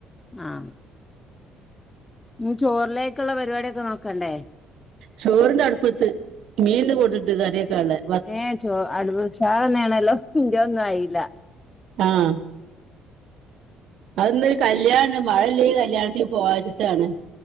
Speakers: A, on the left; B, on the right.
A: ആഹ് ഞ് ചോറിലേക്കുള്ള പരിപാടിയൊക്കെ നോക്കണ്ടേ?
B: ചോർണ്ട് അട്പ്പത്ത് മീൻ കൊടുന്നിട്ട് കറിയക്കാളെ-
A: ഏഹ് ചോ അടുപ്ച്ചാറണേണല്ലോ ഇന്റെയ ഒന്നും ആയില-
B: ആഹ് - അത് ഇന്നൊരു കല്യാണണ്ട് മഴ ഇല്ലെ ഈ കല്യാണത്തിന് പോവച്ചിട്ടാണ്-